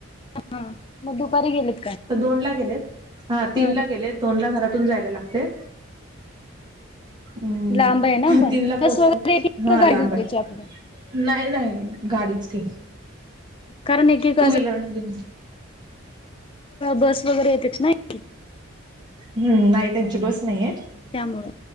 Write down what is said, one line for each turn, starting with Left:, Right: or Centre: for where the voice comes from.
Left: हा मग दुपारी गेलेत काय?
Right: दोन ला गेलेत हा तीन
Left: बरं.
Right: ला गेलेत दोन ला घरात इथुन जायला लागतय हम्म
Left: लांब आहे ना पण
Right: तीन ला पोहोचतात
Left: बस वगैरे येते
Right: हा
Left: का गाडी
Right: लांब
Left: घेऊन
Right: आहे
Left: जायची आपली?
Right: नाही -नाही <unintelligible> गाडीच की
Left: कारण एक <unintelligible>
Right: टू व्हीलर घेऊन
Left: बस वगैरे येतच नाही अ <unintelligible>
Right: हम्म, नाही त्यांची बस नाहीय
Left: त्यामुळे.